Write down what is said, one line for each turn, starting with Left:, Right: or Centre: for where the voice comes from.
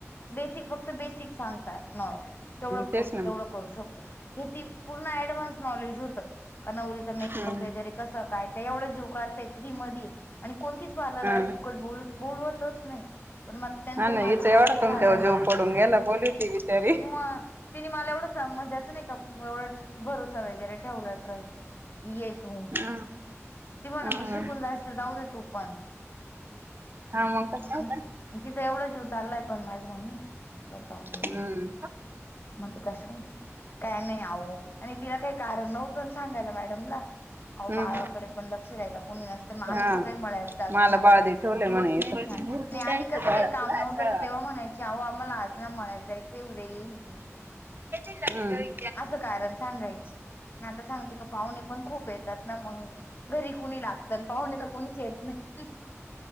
Left: बेसिक फक्त बेसिक सांगतात न. तेवढं
Right: तेच
Left: पुरतं
Right: ना मग
Left: तेवढं करू शकतो हे ती पूर्ण ऍडव्हान्स नॉलेज होतं. का नवरीचं मेकअप
Right: हम्म
Left: वगैरे कसं काय तर एवढं जिवकारते फ्री मधी - आणि कोणतीच वाली
Right: हा ना
Left: फुकट बोलू बोलवतच नाही. पण मग त्यांचं
Right: हा ना
Left: माझं
Right: हिचा
Left: खूप
Right: एवढा
Left: वेल
Right: तुमच्यावर
Left: झालं
Right: जीव
Left: ना
Right: पडून गेला बोलली होती बिचारी
Left: मग तिने मला एवढं स म्हजे असं नाही का एवढा भरोसा वगैरे ठेवला ट्रस कि ये तू
Right: ह
Left: ती म्हण
Right: ह
Left: मग शिकून जाशील जाऊ दे तू पण
Right: हा मग का
Left: - <inaudible> तिथं एवढं जीव चाललाय पण माझी मम्मी अजिबात जाऊन देत
Right: हम्म
Left: नाही. मग ते कशा काय नाही आह आणि तिला काही कारण नव्हतं. मॅडम ला - अह
Right: हम्म
Left: बाळाकडे पण लक्ष द्यायला कोणी नसत मग आम्ही
Right: हा
Left: सगळे मळयात जातो
Right: मला
Left: ना
Right: बाळदी ठेवले म्हणे इथं
Left: ह - नाही आधी कसं काही काम नव्हतं तर तेव्हा म्हणायचे आहो आम्हाला आज ना मळयात जायच उद्या येईल की -
Right: लष्करी
Left: असं कारण सांगायचे म आता सांगते का पाहुणे पण खूप आहेत. त्यातंन ना मंग घरी कुणी लागतात पाहुणे तर कोणीच येत नाही.